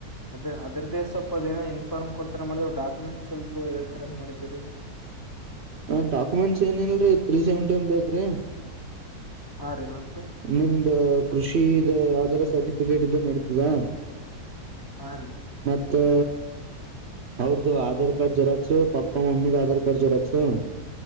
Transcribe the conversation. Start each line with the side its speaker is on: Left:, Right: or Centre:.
Left: ಅದ್ ಅದರ್ದೆ ಸ್ವಲ್ಪ ಅದೇನ ಇಂಫಾರ್ಮ್ ಕೊಡ್ತೀರಾ ಮಾಡಿದ್ ರೀ ಡಕುಮೆಂಟ್ ಸ್ವಲ್ಪೇಳ್ತಾರ ಅಂತ ಮಾಡಿದೀರಿ.
Right: ಹ ಡಾಕ್ಯುಮೆಂಟ್ಸ್ ಏನ ಇಲ್ರರಿ ತ್ರೀ ಸೆವೆಂಟಿನ್ ಬೇಕ್ರಿ.
Left: ಹಾರೀ ಹ.
Right: ನಿಮ್ದ ಕೃಷಿದು ಯಾವ್ದಾರ ಸರ್ಟಿಫಿಕೇಟ್ ಇದ್ರು ನಡಿತದಾ.
Left: ಹಾರಿ
Right: ಮತ್ತೇ ಅವ್ರ್ರದು ಆಧಾರ್ ಕಾರ್ಡ್ ಜರಾಕ್ಸ ಪಾಪ್ಪ ಮಮ್ಮಿದ್ ಆಧಾರ್ ಕಾರ್ಡ್ ಜಿರಾಕ್ಸು.